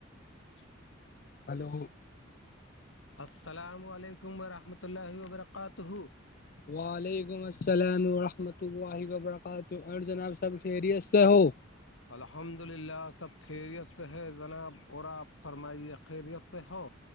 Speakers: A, on the left; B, on the left.
A: <inaudible>
B: hello
A: السلام علیکم ورحمۃ اللہ وبرکاتہ
B: وعلیکم السلام ورحمۃ اللہ وبرکاتہ اور جناب سب خیریت سے ہو
A: الحمد للہ سب خیریت سے ہے جناب اور آپ فرمائیے خیریت سے ہو